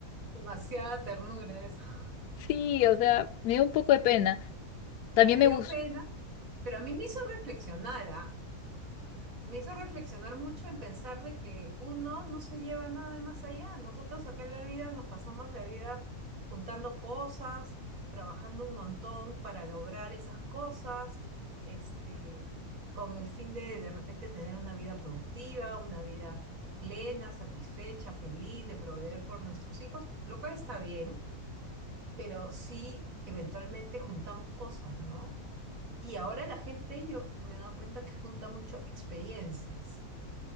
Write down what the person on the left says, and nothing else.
Sí, o sea, me dio un poco de pena. También
me
gustó,